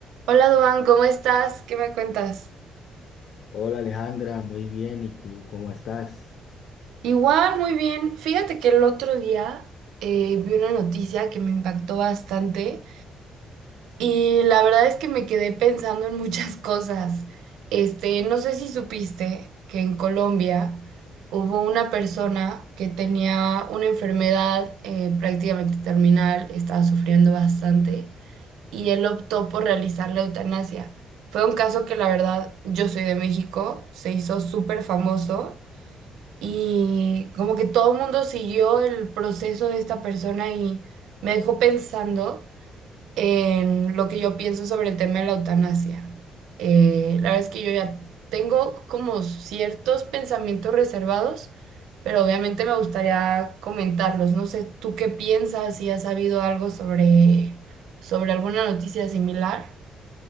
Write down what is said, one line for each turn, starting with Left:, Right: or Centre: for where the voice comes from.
Right: Hola, Duan, ¿cómo estás? ¿Qué me cuentas?
Left: Hola Alejandra, muy bien. ¿Y tú cómo estás?
Right: Igual, muy bien. Fíjate que el otro día eh, vi una noticia que me impactó bastante y la verdad es que me quedé pensando en muchas <laughs> cosas. Este, no sé si supiste que en Colombia hubo una persona que tenía una enfermedad eh, prácticamente terminal, estaba sufriendo bastante. y él optó por realizar la eutanasia. Fue un caso que la verdad, yo soy de México, se hizo súper famoso y como que todo el mundo siguió el proceso de esta persona y me dejó pensando en lo que yo pienso sobre el tema de la eutanasia. Eh, la verdad es que yo ya tengo como ciertos pensamientos reservados, pero obviamente me gustaría comentarlos. No sé, ¿tú qué piensas? Si has sabido algo sobre, sobre alguna noticia similar.